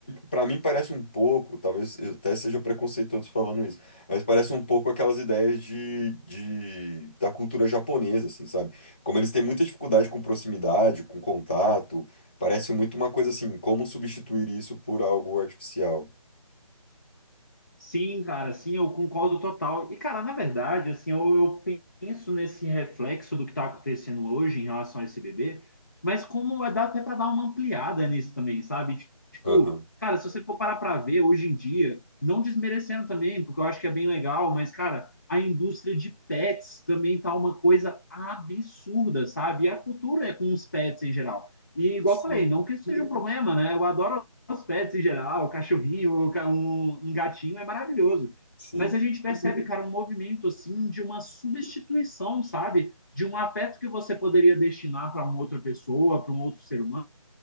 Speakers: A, on the left; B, on the left.
A: para mim parece um pouco, talvez eu até seja preconceituoso falando isso, mas parece um pouco aquelas ideias de, de- da cultura japonesa, assim, sabe? Como eles têm muita dificuldade com proximidade, com contato, parece muito uma coisa assim, como substituir isso por algo artificial.
B: Sim, cara, sim, eu concordo total. E, cara, na verdade, assim, eu, eu penso nesse reflexo do que está acontecendo hoje em relação a esse bebê, mas como é- dá até para dar uma ampliada nisso também, sabe? Tipo,
A: Aham,
B: cara, se você for parar para ver hoje em dia, não desmerecendo também, porque eu acho que é bem legal, mas, cara, a indústria de pets também tá uma coisa absurda, sabe? E a cultura é com os pets em geral. E, igual
A: Sim,
B: eu falei, não que isso seja um problema, né? Eu adoro os pets em geral, o cachorrinho, um, um gatinho é maravilhoso.
A: sim,
B: Mas a gente percebe, cara, um movimento assim de uma substituição, sabe? De um afeto que você poderia destinar para uma outra pessoa, para um outro ser humano,